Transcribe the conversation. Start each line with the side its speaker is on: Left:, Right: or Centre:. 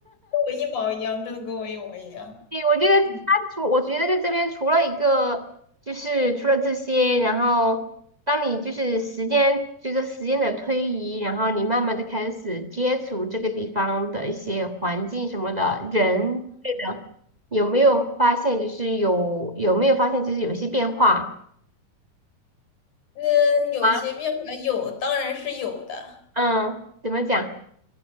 Left: 我一毛一样，真的跟我一模一样。
Right: 对，我觉得他除，
Left: 嗯，
Right: 我觉得在这边除了一个，就是除了这些，然后当你就是时间随着时间的推移，然后你慢慢的开始接触这个地方的一些环境什么的人，对的，有没有发现就是有有没有发现就是有一些变化
Left: 那有些变化有，
Right: 啊？
Left: 当然是有的。
Right: 嗯，怎么讲？